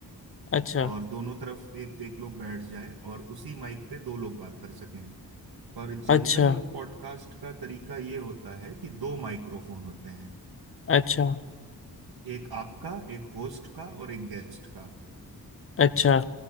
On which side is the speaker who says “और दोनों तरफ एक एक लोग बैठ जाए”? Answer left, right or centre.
Right